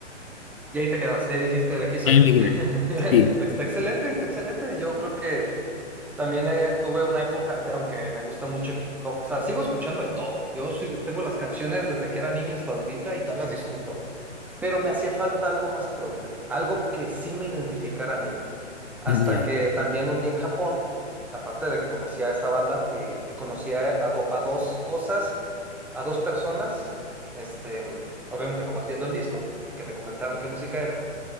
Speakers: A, in the centre; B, on the left.
A: Y ahí te quedaste, ahí dijiste, de aquí soy.
B: Y ahí me quedé.
A: <laughs>
B: Sí,
A: Está excelente, está excelente. Yo creo que también eh, tuve una época, aunque me gusta mucho el hip hop, o sea, sigo escuchando de todo. Yo sí tengo las canciones desde que era niño hasta ahorita y todas las disfruto. pero me hacía falta algo más propio, algo que sí me identificara a mí. Hasta
B: ya.
A: que también un día en Japón, aparte de que conocía a esta banda, eh, conocía a, do- a dos cosas, a dos personas, este, obviamente nomás viendo el disco y que me comentaron qué música era,